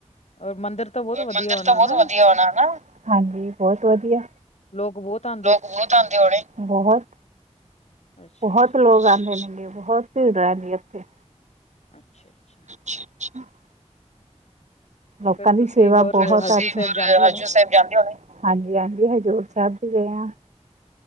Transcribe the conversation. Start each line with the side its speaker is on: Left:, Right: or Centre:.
Left: ਔਰ ਮੰਦਿਰ ਤਾਂ ਬਹੁਤ ਵਧੀਆ
Right: ਮੰਦਿਰ
Left: ਹੋਣਾ
Right: ਤਾਂ ਬਹੁਤ
Left: ਨਾ
Right: ਵਧਿਆ ਹੋਣਾ ਨਾ, ਹਾਂਜੀ ਬਹੁਤ ਵਧੀਆ।
Left: ਲੋਕ ਬਹੁਤ ਆ
Right: ਲੋਕ ਬਹੁਤ ਆਂਦੇ ਹੋਣੇ, ਬਹੁਤ।
Left: ਅੱਛਾ
Right: ਬਹੁਤ
Left: ਅੱਛਾ
Right: ਲੋਕ ਆਉਂਦੇ ਨੇਗੇ, ਬਹੁਤ ਭੀੜ ਰਹਿੰਦੀ ਉੱਥੇ।
Left: ਅੱਛਾ-ਅੱਛਾ।
Right: ਅੱ ਅੱਛਾ <unintelligible> ਲੋਕਾਂ
Left: ਫੇਰ
Right: ਦੀ
Left: ਤੁਸੀਂ
Right: ਸੇਵਾ
Left: ਹੋਰ
Right: ਬਹੁਤ <unintelligible> ਸਾਹਿਬ
Left: ਹਜ਼ੂਰ ਜਾਂਦੇ ਹੋਣੇ
Right: ਜਾਂਦੇ ਹੋ। ਹਾਂਜੀ, ਹਾਂਜੀ ਹਜ਼ੂਰ ਸਾਹਿਬ ਵੀ ਗਏ ਹਾਂ।